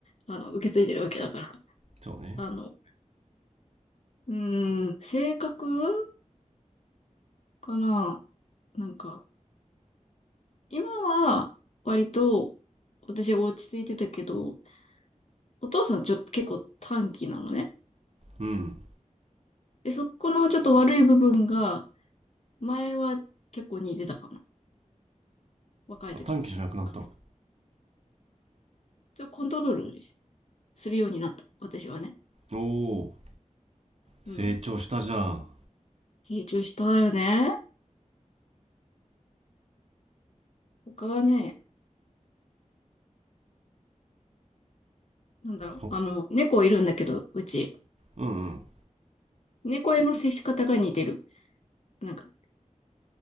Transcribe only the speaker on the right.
そうね。
うん。
あ、短期じゃなくなったの。
おお、
成長したじゃん。
ほ、
うんうん。